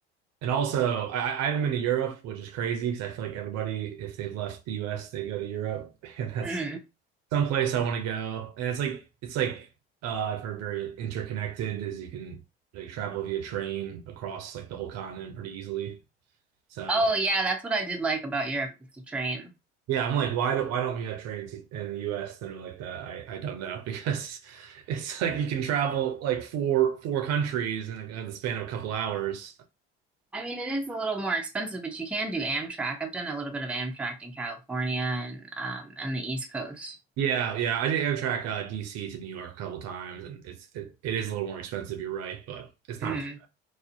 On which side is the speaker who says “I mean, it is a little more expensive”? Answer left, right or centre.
Centre